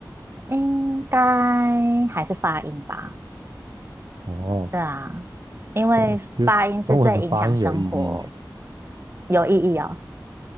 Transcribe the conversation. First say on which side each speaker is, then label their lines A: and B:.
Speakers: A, on the right; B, on the right.
A: 应该还是发音吧？
B: 哦，
A: 对啊，因为发音是最影响生活
B: 对，因为中文的发音有意义。
A: 有意义哦。